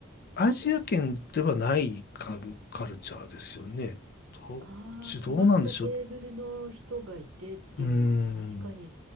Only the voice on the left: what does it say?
アジア圏ではないカ、カルチャーですよね。ど、
ちどうなんでしょう。
うん。